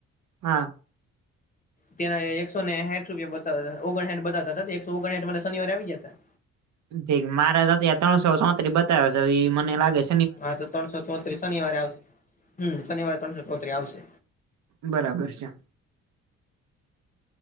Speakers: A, on the right; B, on the left.
A: હા
B: ત્યાં એકસો ને હઠ રૂપિયા બતા હતા ઓગણ હઠ બતાવતા હતા એકસો ઓગણહઠ મ શનિવાર આવી ગ જ હતા
A: જ મારા ત ત્રણસો સોત્રી બતાવે છે એ મને લાગે છે
B: હા તો ત્રણસો ચોત્રી શનિવારે આવશે હમ શનિવારે ત્રણસો ચોતરી આવશે
A: બરાબર છે